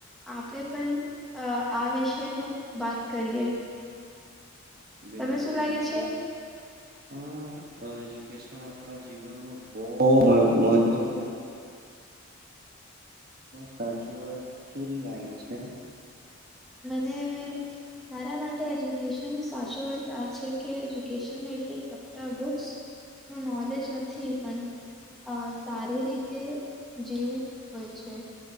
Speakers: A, in the centre; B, on the right.
A: આપડે પણ આ વિષનું વાત કરીએ.
B: બિલકુલ,
A: તમે શું લાગે
B: બિલકુલ,
A: છે
B: હ, એજ્યુકેશન આપણા જીવનનું ઓહ મહત્વ સાચુ અથ લાગે છે.
A: મને. મારા માટે એજ્યુકેશન ન સાચો અર્થ આ છે કે, એજ્યુકેશન એટલી ફક્ત બુક્સ નોલેજ નથી, પણ અ સારી રીતે જેવું હોય છે.